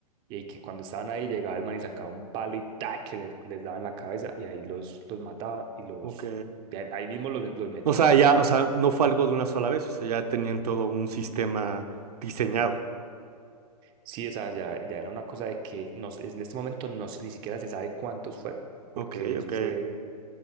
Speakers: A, on the right; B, on the right.
A: y que cuando estaban ahí llegaba el man y sacaba un palo y ¡tac! que les, les daba en la cabeza y ahí los, los mataba y los
B: Ok.
A: y ahí ahí mismo los, los metían.
B: O sea, ya, o sea, no fue algo de una sola vez. O sea, ya tenían todo un sistema diseñado.
A: Sí, o sea, ya, ya era una cosa de que no, se- en este momento no, se- ni siquiera se sabe cuántos fueron, porque
B: Ok,
A: eso
B: ok.
A: fue,